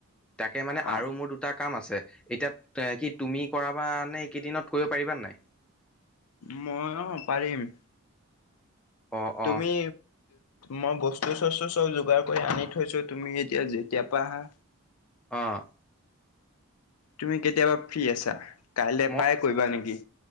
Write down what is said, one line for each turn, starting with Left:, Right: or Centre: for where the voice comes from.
Centre: তাকে মানে
Left: অ'
Centre: আৰু মোৰ দুটা কাম আছে এতিয়া এ কি তুমি কৰাব নে এইকেইদিনত কৰিব পাৰিবা নাই।
Left: মই অ', পাৰিম।
Centre: অ
Left: তুমি
Centre: অ
Left: মই বস্তু চস্তু চব যোগাৰ কৰি আনি থৈছো তুমি এতিয়া যেতিয়াৰ পৰা আহা।
Centre: অ',।
Left: তুমি কেতিয়াবা ফ্ৰী আছা কাইলৈ
Centre: মই
Left: পাই কৰিবা নেকি।